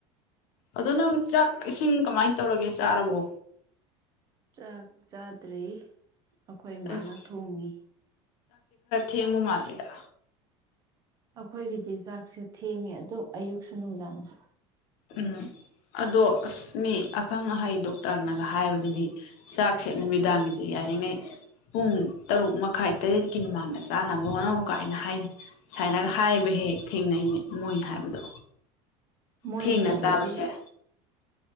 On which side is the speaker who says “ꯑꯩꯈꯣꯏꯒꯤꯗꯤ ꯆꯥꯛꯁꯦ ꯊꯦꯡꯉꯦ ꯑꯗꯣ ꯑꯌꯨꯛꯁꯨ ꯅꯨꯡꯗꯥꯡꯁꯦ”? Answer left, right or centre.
Right